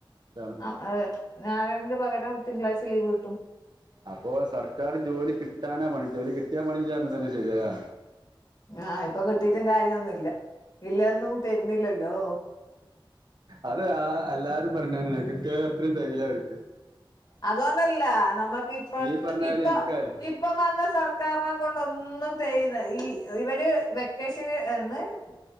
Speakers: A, on the right (about 55°); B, on the left (about 50°).
A: ഇതാണ് ഇപ്പൊ.
B: അ ഏ ഞായർന്റെ പകരം തിങ്കളാഴ്ച ലീവ് കിട്ടും
A: അപ്പൊ സർക്കാറ് ജോലി കിട്ടാനാ പണി ജോലി കിട്ടിയ പണില്ലാതന്നെ ശെരില്ലെ
B: ആഹ് ഇപ്പ കിട്ടിട്ടും കാര്യൊന്നുല്ല ഇല്ലാന്നും തരുന്നില്ലല്ലോ
A: അത് ആഹ് എല്ലാരും പറയണെന്നെ കിട്ടിയാലും അത്രേം തെകീലവർക്ക്
B: അതൊണ്ടല്ല നമ്മക്കിപ്പോ
A: ഈ പറഞ്ഞാലും
B: ഇപ്പം
A: എനിക്കായാലും
B: ഇപ്പമന്ന സർക്കാരിനെകൊണ്ടൊന്നും തെയില്ല ഇ ഇവര് വെ വെക്കേഷന് <unintelligible>